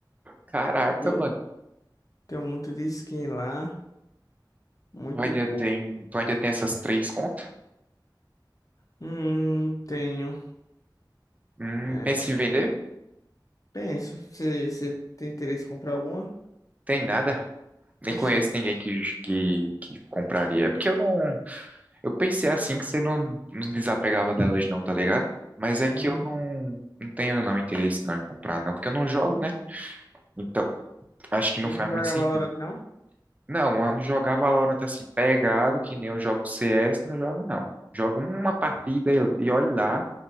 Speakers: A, on the right; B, on the left.
A: Caraca,
B: Deu
A: mano.
B: Tem um monte de skin lá, muito
A: Tu ainda
B: boa.
A: tem, tu ainda tem essas três contas?
B: Hum, tenho.
A: Hum,
B: É,
A: pensa em vender?
B: penso, você você tem interesse em comprar alguma?
A: Tem nada. Nem conheço
B: Oxê.
A: ninguém que, que, que compraria. É porque eu não. Eu pensei assim que você não, não desapegava delas não, tá ligado? Mas é
B: Uhum.
A: que eu não, não tenho não interesse não em comprar não, porque eu não jogo, né? Então, acho que
B: Não
A: não faz
B: joga
A: muito sentido.
B: Valorant, não?
A: Não, eu jogar Valorant assim pegado, que nem eu jogo CS, não jogo não. Jogo uma partida e, e olhe lá,